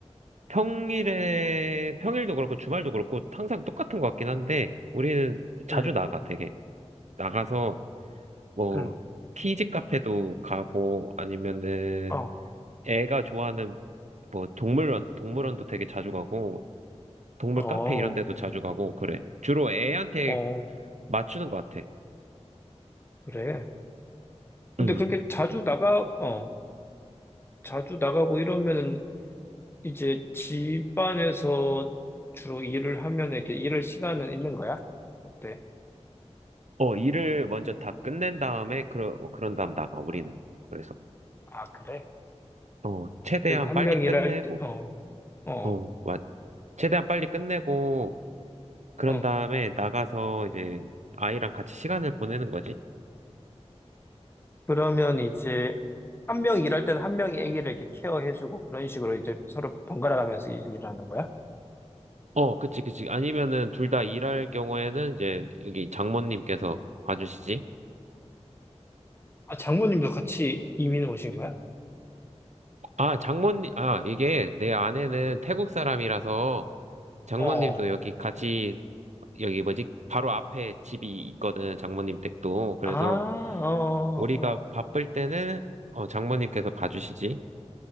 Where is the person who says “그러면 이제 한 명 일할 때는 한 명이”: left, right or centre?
Left